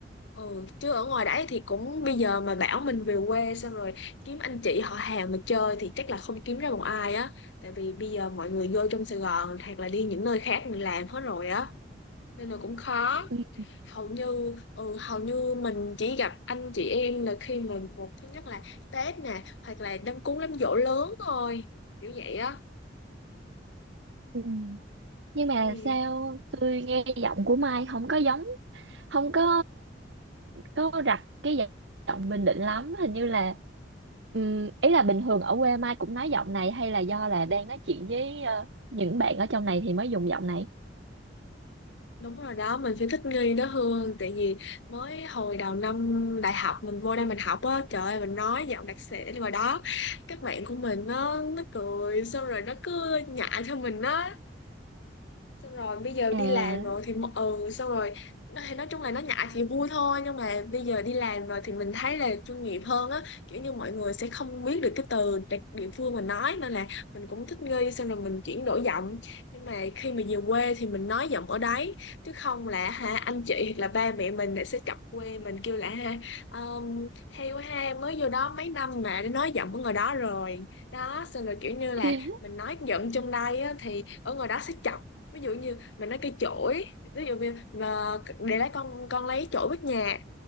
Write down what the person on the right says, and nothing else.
ừ.
Ừ. nhưng mà
sao tôi nghe giọng của Mai không có giống không có có đặt cái giọng Bình Định lắm hình như là ừm, ý là bình thường ở quê Mai cũng nói giọng này hay là do là đang nói chuyện với ờ, những bạn ở trong này thì mới dùng giọng này
à
<laughs>